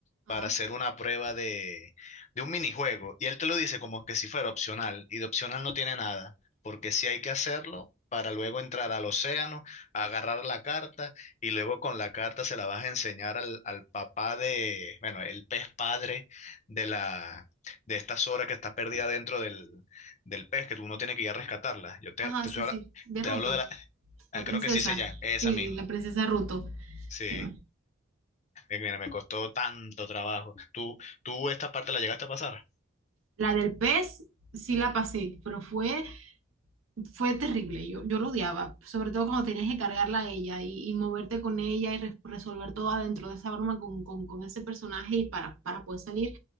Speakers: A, on the right (about 80°); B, on the left (about 35°).
A: Ah,
B: para hacer una prueba de, de un minijuego. Y él te lo dice como que si fuera opcional, y de opcional no tiene nada, porque sí hay que hacerlo para luego entrar al océano, agarrar la carta, y luego con la carta se la vas a enseñar al, al papá de, bueno, el pez padre de la, de esta Sora que está perdida dentro del, del pez, que tú no tienes que ir a rescatarla. Yo te,
A: ajá,
B: te,
A: sí,
B: estoy
A: sí,
B: habla-
A: de
B: te
A: Ruto,
B: hablo de la,
A: la
B: ah,
A: princesa.
B: creo que sí se llama, esa
A: Sí,
B: misma.
A: la princesa Ruto.
B: Sí.
A: Sí.
B: Eh, Mira, me costó tanto trabajo. ¿Tú, tú esta parte la llegaste a pasar?
A: La del pez sí la pasé, pero fue, fue terrible. Yo, yo lo odiaba, sobre todo cuando tenías que cargarla a ella y, y moverte con ella y re- resolver todo adentro de esa broma con, con, con ese personaje y para, para poder salir.